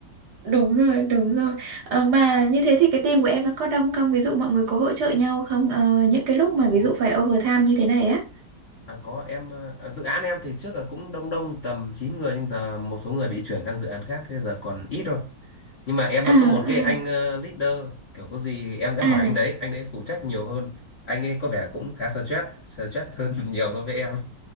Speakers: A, on the right (about 65°); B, on the left (about 45°).
A: đúng rồi, đúng rồi. Ờ, mà như thế thì cái team của em nó có đông không? Ví dụ mọi người có hỗ trợ nhau không? Ờ, những cái lúc mà
B: Ồ,
A: ví dụ phải overtime như thế này á.
B: à, có em ờ, à, dự án em thì trước là cũng đông đông tầm 9 người nhưng giờ một số người bị chuyển sang dự án khác thế giờ còn ít thôi nhưng mà em
A: À,
B: vẫn
A: à,
B: có một cái anh ờ, leader kiểu có gì em đã
A: à.
B: hỏi anh đấy anh đấy phụ trách nhiều hơn anh ấy có vẻ cũng khá stress stress hơn <laughs> nhiều so với em